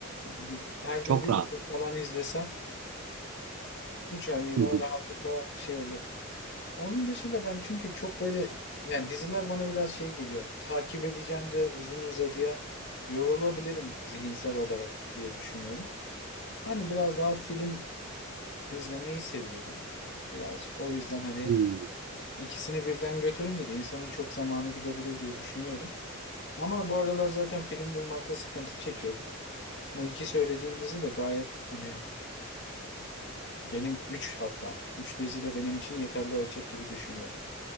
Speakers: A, on the left (about 55°); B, on the right (about 65°).
A: gibi- Her gün
B: Çok
A: bir
B: rahat.
A: bölüm falan izlesem 3 ayı
B: Hı
A: da
B: hı.
A: rahatlıkla şey olur. Onun dışında ben çünkü çok böyle yani diziler bana biraz şey geliyor. Takip edeceğim de uzun uzadıya yorulabilirim zihinsel olarak diye düşünüyorum. Hani biraz daha film izlemeyi seviyorum. Birazcık o yüzden hani
B: Hı.
A: ikisini birden götürünce de insanın çok zamanı gidebilir diye düşünüyordum. Ama bu aralar zaten film bulmakta sıkıntı çekiyordum. Bu iki söylediğin dizi de gayet hani Benim 3 hatta. üç dizi de benim için yeterli olacak gibi düşünüyorum.